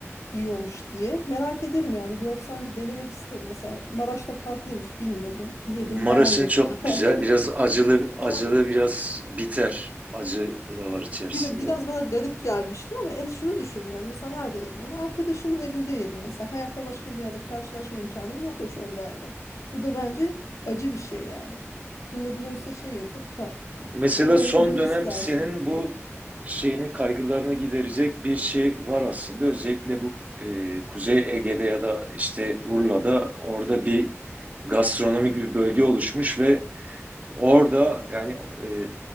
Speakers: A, on the left (about 80°); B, on the right (about 30°).
A: yiyormuş diye. Merak ederim yani görsem bir denemek isterim. Mesela Maraş'ta farklıymış bilmiyordum. Yedim
B: Maraş'ın
A: beğenmedim.
B: çok güzel. Biraz
A: <laughs>
B: acılı,
A: Güzel
B: acılı
A: mi?
B: biraz biter Acı da var içerisinde.
A: Bir de biraz bana garip gelmişti ama en şunu düşündüm yani mesela nerede yedim onu? Arkadaşımın evinde yedim mesela. Hayatta başka bir yerde karşılaşma imkanım yok o çorbayla. Bu da bence acı bir şey yani. Bunların oysa şey yapıp da
B: Mesela
A: kullanılabilmesi
B: son dönem
A: lazım.
B: senin bu şeyini, kaygılarını giderecek bir şey var aslında. Özellikle bu e, Kuzey Ege'de ya da işte Urla'da
A: Hı hı.
B: orada bir gastronomik bir bölge oluşmuş ve Orada yani e,